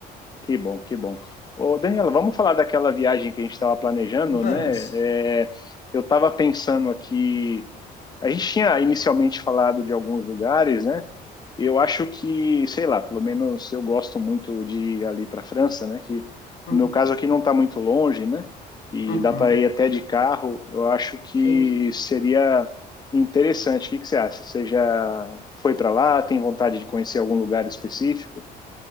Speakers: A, on the left (about 25°); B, on the left (about 65°).
A: Que bom, que bom. Ô, Daniela, vamos falar daquela viagem que a gente estava planejando,
B: Vamos.
A: né? É, eu estava pensando aqui, a gente tinha inicialmente falado de alguns lugares, né? Eu acho que, sei lá, pelo menos eu gosto muito de ir ali para a França, né? Que
B: Uhum,
A: no meu caso aqui não está muito longe, né? E
B: uhum,
A: dá para ir até de carro. Eu acho que
B: sim.
A: seria interessante. O que que você acha? Você já foi para lá? Tem vontade de conhecer algum lugar específico?